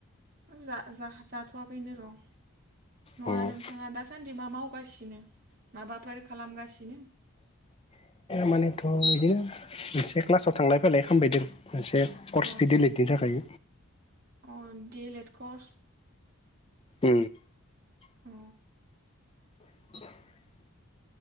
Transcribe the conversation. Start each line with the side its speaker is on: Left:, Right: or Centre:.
Right: जा जा जाथ'वाखैनो र' नङा
Left: अ
Right: नोंथाङा दास दासान्दि मा मावगासिनो माबाफोर खालामगासिनो?
Left: मानेथ' बिदिनो मोनसे क्लासाव थांलाय फैलाय खालामबायदों। मोनसे कर्सनि
Right: अ
Left: दिलेतनि थाखाय।
Right: अ दिलेत कर्स।
Left: उ
Right: अ
Left: औ <inaudible>